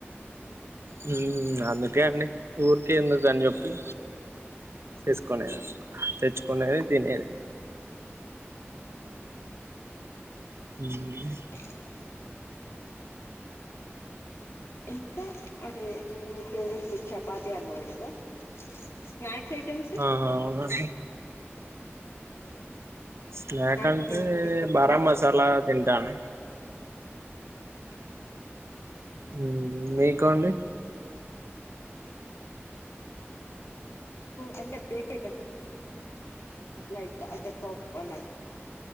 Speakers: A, on the right (about 65°); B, on the left (about 70°).
A: హ్మ్ అందుకే అండి ఊరికే ఎందుకు అని చెప్పి చేసుకునేది అనమాట తెచ్చుకునేది తినేది హ్మ్
B: ఓకే ఇంకా అంటే మీ ఫేవరెట్ ఫుడ్ చపాతి అన్నారు కదా స్నాక్ ఐటెమ్
A: ఆహా అవునండి స్నాక్
B: స్నాక్స్
A: అంటే
B: ఏం ఇష్టపడరా?
A: బారా మసాలా తింటాన్
B: ఓకే
A: హ్మ్ మీకు అండి
B: నాకు అంటే బేక్ ఐటమ్స్ లైక్ అంటే పప్ అలాగా